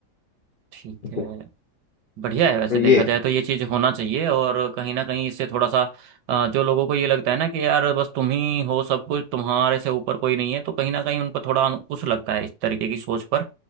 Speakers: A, on the right; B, on the left.
A: ठीक
B: <laughs>
A: है बढ़िया है वैसे
B: तो ये
A: देखा
B: है
A: जाए तो ये चीज़ होना चाहिए और कहीं ना कहीं इससे थोड़ा सा अ, जो लोगों को ये लगता है ना कि यार बस तुम ही हो सब कुछ तुम्हारे से ऊपर कोई नहीं है तो कहीं ना कहीं उन पर थोड़ा अंकुश लगता है इस तरीके की सोच पर